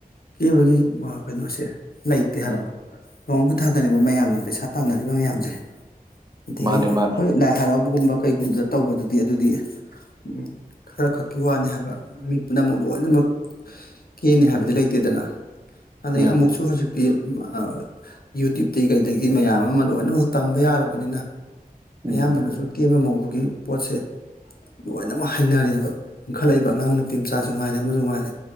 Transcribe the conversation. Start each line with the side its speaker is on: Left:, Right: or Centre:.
Left: ꯀꯦꯕꯒꯤ ꯀꯩꯅꯣꯁꯦ꯫ ꯂꯩꯇꯦ ꯍꯥꯏꯕ
Right: ꯎꯝ
Left: ꯅꯣꯡ ꯄꯥꯟꯊꯥꯗꯅꯦꯕ ꯃꯌꯥꯝꯅ ꯄꯩꯁꯥ ꯇꯥꯟꯅꯔꯤꯕ ꯃꯌꯥꯝꯖꯦ꯫ ꯑꯗꯒꯤ
Right: ꯃꯥꯅꯦ
Left: ꯑꯣ꯫
Right: ꯃꯥꯅꯦ
Left: ꯍꯣꯏ ꯂꯥꯏ ꯍꯔꯥꯎ ꯒꯨꯝꯕ ꯀꯩꯒꯨꯝꯕꯗ ꯇꯧꯕꯗꯨ꯫ ꯗꯤ ꯑꯗꯨꯗꯤ ꯎ ꯈꯔ ꯈꯛꯀꯤ ꯋꯥꯅꯤ ꯍꯥꯏꯕ ꯃꯤ ꯄꯨꯝꯅꯃꯛ ꯂꯣꯏꯅꯃꯛ ꯀꯦꯅꯤ ꯍꯥꯏꯕ ꯂꯩꯇꯦꯗꯅ ꯑꯗꯩ
Right: ꯎꯝ
Left: ꯑꯃꯨꯛꯁꯨ ꯍꯧꯖꯤꯛ ꯏ ꯑ ꯌꯨꯇ꯭ꯌꯨꯕꯇꯒꯤ ꯀꯩꯗꯒꯤ ꯃꯌꯥꯝ ꯑꯃ ꯂꯣꯏꯅꯃꯛ ꯇꯝꯕ ꯌꯥꯔꯕꯅꯤꯅ
Right: ꯎꯝ
Left: ꯑꯌꯥꯝꯕꯅꯁꯨ ꯀꯦꯕ ꯃꯧꯕ ꯑꯗꯨꯒꯤ ꯄꯣꯠꯁꯦ ꯂꯣꯏꯅꯃꯛ ꯍꯩꯅꯔꯦꯕ ꯏꯟꯈꯠꯂꯛꯏꯕ ꯑꯉꯥꯡ ꯅꯨꯄꯤ ꯃꯆꯥꯁꯨ ꯉꯥꯏꯔꯦ ꯑꯃꯁꯨ ꯉꯥꯏꯔꯦ꯫